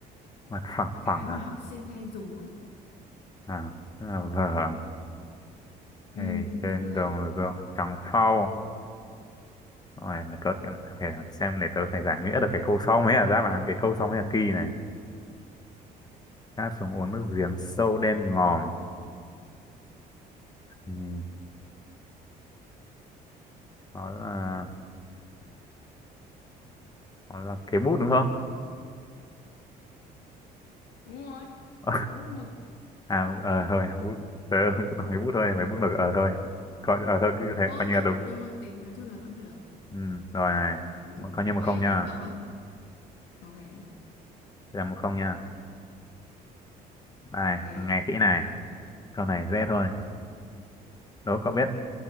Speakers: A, on the left; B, on the left.
A: mặt phẳng
B: Cái
A: phẳng
B: mà
A: à?
B: học sinh hay dùng ấy.
A: à tức là vở
B: Ừ,
A: ngày trên
B: đúng rồi đấy.
A: đồng ruộng trắng phau rồi là cỡ phải xem để tớ phải giải nghĩa được cái câu sau mới là đáp án cái câu sau mới là kỳ này ngã xuống uống nước giếng sâu đen ngòm ừ, đó là đó là cái bút đúng không
B: Đúng rồi.
A: <laughs>
B: bút mực
A: à ờ thôi bút tớ cứ nói cái bút thôi phải bút mực ờ thôi coi ờ thôi cứ thế
B: Thôi
A: coi như
B: vẫn
A: là đúng
B: nhưng vẫn tính nói chung là vẫn được.
A: ừ, rồi này
B: Ừ.
A: Một- coi như một
B: Ok,
A: không nha
B: đến cậu ấy. Ok.
A: Đây là một không nha này
B: Ok.
A: nghe kỹ này câu này dễ thôi đố cậu biết